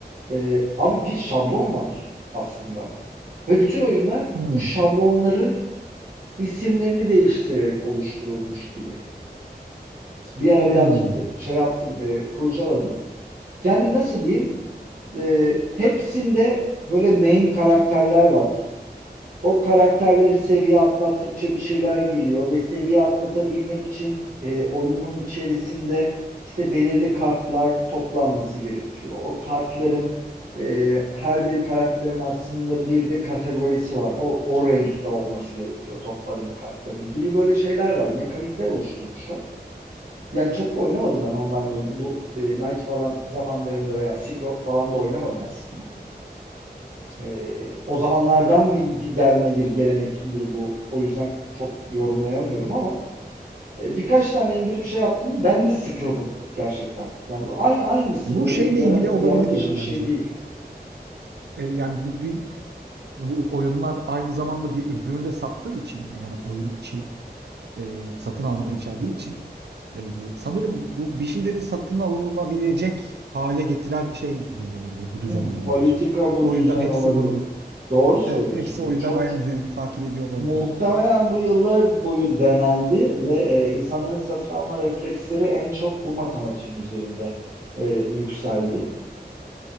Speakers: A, on the right (about 60°); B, on the right (about 80°).
A: e, abi bir şablon var aslında. Ve bütün oyunlar
B: Hmm.
A: bu şablonların isimlerini değiştirerek oluşturulmuş gibi. Bir ara
B: Hmm.
A: birazcık da şey yaptım, e, kurcaladım. Yani nasıl diyeyim? Ee, hepsinde böyle main karakterler var. O karakterleri seviye atlattıkça bir şeyler geliyor ve seviye atlatabilmek için e, oyunun içerisinde işte belirli kartlar toplanması gerekiyor. O kartların e, her bir karakterin aslında bir de kategorisi var. O, o renkte olması gerekiyor topladığın kartların gibi böyle şeyler var. Mekanikler oluşturmuşlar. Yani çok da oynamadım ben online oyunu. Bu e, Knight falan zamanlarında veya Silk Road falan da oynamadım aslında. E, o zamanlardan bir, bir gelme bir gelenek midir bu. O yüzden çok yorumlayamıyorum ama e, birkaç tane indirip şey yaptım. Ben de sıkıldım gerçekten. Yani ay, aynısı
B: Bu
A: böyle
B: şeyle
A: yara-
B: ilgili olabilir
A: yaratıcı
B: ya
A: bir şey
B: bence.
A: değil.
B: E, yani bir, bir- bu oyunlar aynı zamanda bir ürünü de sattığı için yani oyun içi e, satın alma içerdiği için Ee, sanırım bu bir şeyleri satın alınabilecek hale getiren şey bu olabilir, bu düzen
A: Hmm,
B: olabilir.
A: politika bu
B: O
A: düzen
B: yüzden hepsi
A: olabilir.
B: bunu,
A: Doğru söylüyorsun.
B: evet, hepsi o yüzden
A: Çok
B: aynı düzeni takip ediyor olabilir.
A: Muhtemelen bu yıllar boyu denendi ve e, insanların satın alma refleksleri en çok bu matematiğin üzerinde e, yükseldi.